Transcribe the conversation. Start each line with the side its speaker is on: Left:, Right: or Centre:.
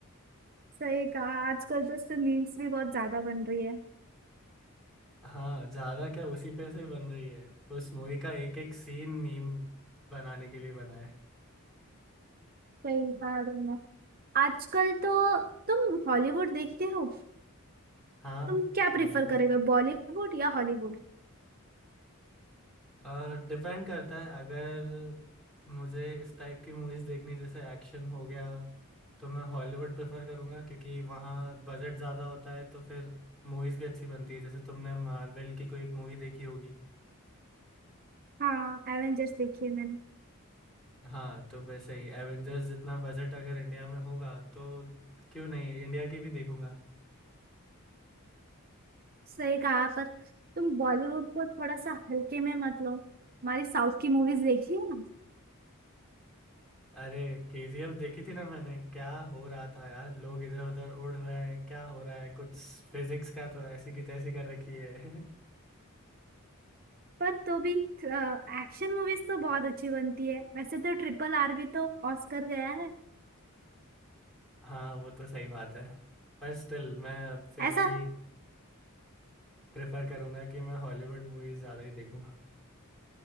Right: सही कहा आजकल तो उससे मीम्स भी बहुत ज्यादा बन रही है
Centre: हाँ ज्यादा क्या उसी पे से बन रही है उस मूवी का एक एक सीन मीम बनाने के लिए बना है
Right: सही कहा तुमने आजकल तो तुम हॉलीवुड देखते हो
Centre: हाँ
Right: तुम क्या प्रेफर
Centre: बिल्कुल
Right: करेगा बॉलीवुड या हॉलीवुड
Centre: और डिपेंड करता है अगर मुझे इस टाइप की मूवीज देखनी जैसे एक्शन हो गया तो मैं हॉलीवुड प्रेफर करूँगा क्योंकि वहाँ बजट ज़्यादा होता है तो फिर मूवीज़ भी अच्छी बनती है जैसे तुमने मार्वल की कोई मूवी देखी होगी
Right: हाँ एवेंजर्स देखी है मैंने
Centre: हाँ तो वैसे ही एवेंजर्स जितना बजट अगर इंडिया में होगा तो क्यों नहीं इंडिया की भी देखूंगा
Right: सही कहा पर तुम बॉलीवुड को थोड़ा सा हल्के में मत लो हमारी साउथ की मूवीज देखी है ना
Centre: अरे केजीएफ देखी थी ना मैंने क्या हो रहा था यार लोग इधर उधर उड़ रहे हैं क्या हो रहा है कुछ फिजिक्स का तो ऐसी की तैसी कर रखी है <laughs>
Right: पर तो भी एक्शन मूवीज तो बहुत अच्छी बनती है वैसे तो ट्रिपल आर भी तो ऑस्कर गया है
Centre: हाँ वो तो सही बात है पर स्टिल मैं फिर
Right: ऐसा
Centre: भी प्रेफर करूंगा कि मैं हॉलीवुड मूवीज ज़्यादा ही देखूं